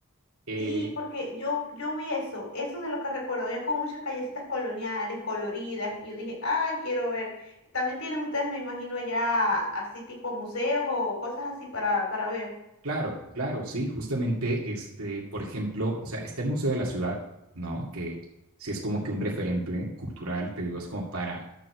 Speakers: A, on the right (about 85°); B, on the left (about 70°).
A: Eh,
B: Sí, porque yo, yo vi eso, eso es de lo que recuerdo, había como muchas callecitas coloniales, coloridas, y yo dije, ay, quiero ver. También tienen ustedes, me imagino, allá así tipo museos o cosas así para, para ver.
A: claro, claro, sí, justamente, este, por ejemplo, o sea, está el Museo de la Ciudad, ¿no? Que sí es como que un referente cultural, te digo, es como para